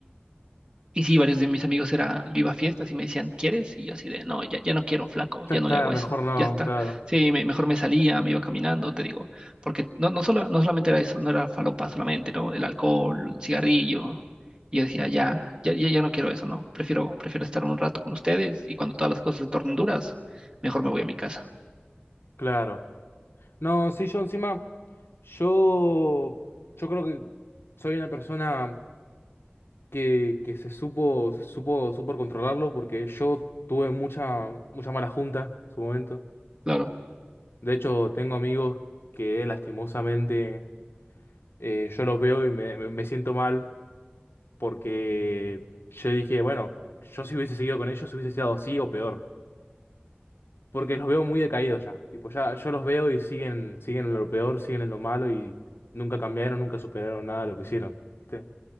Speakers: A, on the right; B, on the left.
A: Y sí, varios de mis amigos era, yo iba a fiestas y me decían, ¿quieres? Y yo así de, no, ya, ya no quiero, flaco,
B: Ya
A: ya
B: está,
A: no le hago eso,
B: mejor no,
A: ya está.
B: claro,
A: Sí, me- mejor me salía, me iba caminando, te digo, porque no, no, solo, no solamente era eso, no era falopa solamente, ¿no? El alcohol, el cigarrillo. Y yo decía, ya, ya, ya, ya no quiero eso, ¿no? Prefiero, prefiero estar un rato con ustedes y cuando todas las cosas se tornen duras, mejor me voy a mi casa.
B: claro. No, sí, yo encima, yo, yo creo que soy una persona que, que se supo, se supo, supo controlarlo porque yo tuve mucha, mucha mala junta en su momento.
A: Claro,
B: De hecho, tengo amigos que lastimosamente eh, yo los veo y me, me- me siento mal porque yo dije, bueno, yo si hubiese seguido con ellos hubiese sido así o peor. Porque los veo muy decaídos ya. Tipo, ya yo los veo y siguen, siguen en lo peor, siguen en lo malo y nunca cambiaron, nunca superaron nada de lo que hicieron, ¿viste?